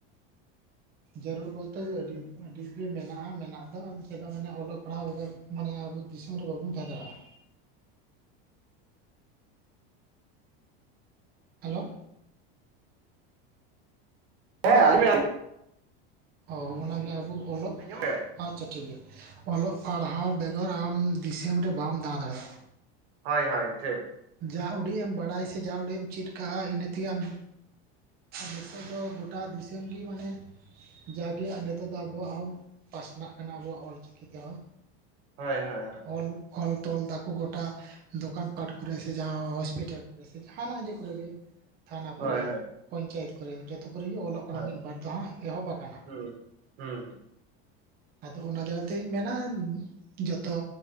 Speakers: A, on the right; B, on the right.
A: ᱡᱟᱹᱨᱩᱲ ᱵᱚᱞᱛᱮ ᱫᱚ ᱟᱹᱰᱤ ᱟᱹᱰᱤᱜᱮ ᱢᱮᱱᱟᱜᱼᱟ ᱢᱮᱱᱟᱜ ᱫᱚ ᱪᱮᱫᱟᱜ ᱢᱟᱱᱮ ᱚᱞᱚᱜ ᱯᱟᱲᱦᱟᱣ ᱵᱚᱫᱚᱞᱼᱼ ᱢᱟᱱᱮ ᱟᱵᱚ ᱫᱤᱥᱚᱢ ᱨᱮ ᱵᱟᱵᱚᱱ ᱛᱟᱦᱮᱸ ᱫᱟᱲᱮᱭᱟᱜᱼᱟ᱾ ᱦᱮᱞᱳ?
B: ᱦᱮᱸ ᱟᱡᱚᱢᱮᱫ ᱟᱞᱤᱧ
A: ᱚ ᱚᱱᱟᱜᱮ ᱟᱵᱚ ᱚᱞᱚᱜᱼᱼ
B: ᱟᱸᱡᱚᱢ
A: ᱟᱪᱪᱷᱟ ᱴᱷᱤᱠ ᱜᱮᱭᱟ ᱚᱞᱚᱜ ᱯᱟᱲᱦᱟᱣ ᱵᱮᱜᱚᱨ ᱟᱢ ᱫᱤᱥᱚᱢ ᱨᱮ ᱵᱟᱢ ᱫᱟᱸᱲᱟ ᱫᱟᱲᱮᱜᱼᱟ᱾
B: ᱦᱳᱭ ᱦᱳᱭ ᱴᱷᱤᱠ
A: ᱡᱟ ᱩᱰᱤᱡ ᱮᱢ ᱵᱟᱲᱟᱭ ᱥᱮ ᱡᱟ ᱩᱰᱤᱡ ᱮᱢ ᱪᱮᱫ ᱠᱟᱜᱼᱟ ᱤᱱᱟᱹ ᱛᱮᱜ ᱟᱢᱼᱼ ᱟᱨ ᱱᱤᱛᱚᱜ ᱫᱚ ᱜᱚᱴᱟ ᱫᱤᱥᱚᱢ ᱜᱮ ᱢᱟᱱᱮᱼᱼ ᱡᱟᱜᱮ ᱟᱨ ᱱᱤᱛᱚᱜ ᱫᱚ ᱟᱵᱚᱣᱟᱜ ᱦᱚᱸ ᱯᱟᱥᱱᱟᱜ ᱠᱟᱱᱟ ᱟᱵᱚᱣᱟᱜ ᱚᱞᱪᱤᱠᱤ ᱛᱮᱦᱚᱸᱼᱼ
B: ᱦᱚᱳᱭ ᱦᱚᱳᱭ
A: ᱚᱞ ᱚᱞ ᱛᱚᱞ ᱫᱟᱠᱚ ᱜᱚᱴᱟᱼᱼ ᱫᱚᱠᱟᱱ ᱯᱟᱴ ᱠᱚᱨᱮ ᱥᱮ ᱡᱟᱦᱟᱸ ᱦᱚᱥᱯᱤᱴᱟᱞ ᱠᱚᱨᱮ ᱥᱮ ᱡᱟᱦᱟᱱᱟᱜ ᱡᱮ ᱠᱚᱨᱮ ᱛᱷᱟᱱᱟ
B: ᱦᱳᱭ
A: ᱠᱚᱨᱮᱼᱼ
B: ᱦᱳᱭ
A: ᱯᱧᱪᱟᱭᱮᱛ ᱠᱚᱨᱮ ᱡᱚᱛᱚ ᱠᱚᱨᱮᱜ ᱜᱮ ᱚᱞᱚᱜ
B: ᱦᱳᱭ
A: ᱠᱟᱱᱟ ᱢᱤᱫ ᱵᱟᱨ ᱫᱚ ᱦᱟᱸᱜ ᱮᱦᱚᱵ ᱟᱠᱟᱱᱟ᱾
B: ᱦᱩᱸ ᱦᱩᱸ
A: ᱟᱫᱚ ᱚᱱᱟ ᱡᱟᱭᱜᱟᱛᱤᱧ ᱢᱮᱱᱟᱼᱼ ᱡᱚᱛᱚ